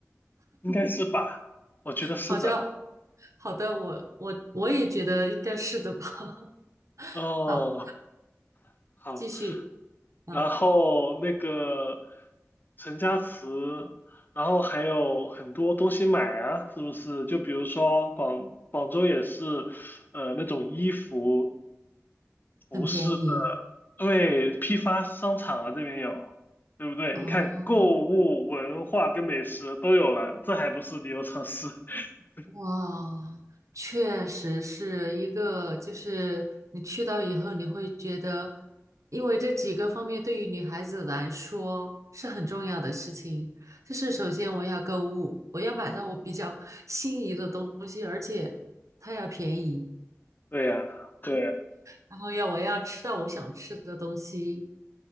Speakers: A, on the left (about 40°); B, on the right (about 75°).
A: 应该是吧？我觉得是的。
B: 好像，好的，我我我也觉得应该是的吧。<laughs>
A: 哦，
B: 好。
A: 好，
B: 继续啊，
A: 然后那个陈家祠，然后还有很多东西买啊，是不是？就比如说广广州也是，呃，那种衣服、服饰的，
B: 很便宜
A: 对，批发商场啊，这边有，对不对？
B: 哦，
A: 你看，购物、文化跟美食都有了，这还不是旅游城市？<laughs>
B: 哇，确实是一个，就是你去到以后，你会觉得，因为这几个方面对于女孩子来说是很重要的事情，就是首先我要购物，我要买到我比较 <laughs> 心仪的东西，而且它要便宜，
A: 对呀，对。
B: 然后要我要吃到我想吃的东西。